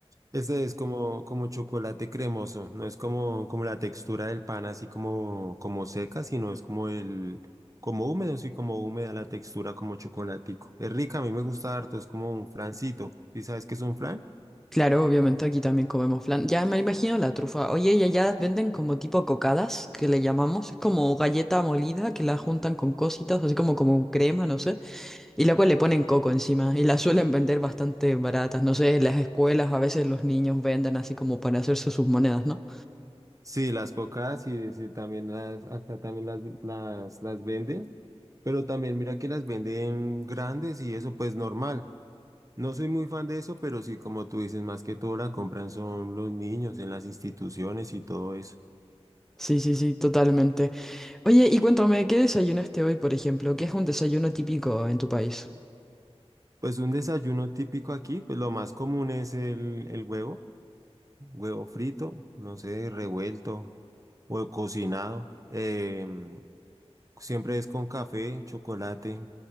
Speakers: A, on the right; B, in the centre.
A: Este es como, como chocolate cremoso, no es como, como la textura del pan así como, como seca, sino es como el, como húmedo, sí, como húmeda la textura como chocolatico. Es rica, a mí me gusta harto, es como un flancito. ¿Y sabes qué es un flan?
B: Claro, obviamente aquí también comemos flan. Ya me imagino la trufa. Oye, y allá venden como tipo cocadas, que le llamamos. Es como galleta molida que la juntan con cositas, así como, como crema, no sé. Y luego le ponen coco encima. Y las suelen vender bastante baratas. No sé, en las escuelas a veces los niños venden así como para hacerse sus monedas, ¿no?
A: Sí, las cocadas y sí, también las, acá también las, las, las venden, pero también mira que las venden grandes y eso pues normal. No soy muy fan de eso, pero sí, como tú dices, más que todo la compran son los niños en las instituciones y todo eso.
B: Sí, sí, sí, totalmente. Oye, y cuéntame, ¿qué desayunaste hoy, por ejemplo? ¿Qué es un desayuno típico en tu país?
A: Pues un desayuno típico aquí, pues lo más común es el, el huevo, huevo frito, no sé, revuelto o cocinado. em, siempre es con café, chocolate,